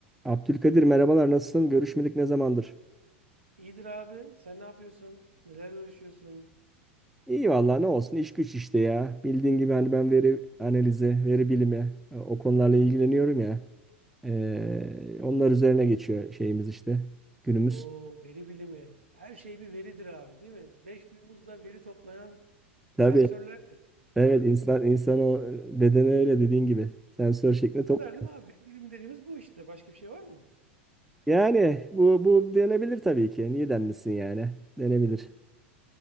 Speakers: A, in the centre; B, on the right (about 75°).
A: Abdülkadir merhabalar nasılsın? Görüşmedik ne zamandır?
B: İyidir abi. Sen ne yapıyorsun? Neler uğraşıyorsun?
A: İyi vallahi ne olsun iş güç işte ya. Bildiğin gibi hani ben veri analizi, veri bilimi e, o konularla ilgileniyorum ya. Ee, onlar üzerine geçiyor şeyimiz işte günümüz.
B: O veri bilimi. Her şey bir veridir abi, değil mi? Beş duyumuzla veri toplayan
A: Tabii
B: sensörlerdir.
A: evet insan insan o e, bedeni öyle dediğin gibi sensör şeklinde
B: Bu
A: top.
B: kadar değil mi abi? Veri bilimi dediğimiz bu işte. Başka bir şey var mı?
A: Yani bu bu denebilir tabii ki. Niye denmesin yani? Denebilir.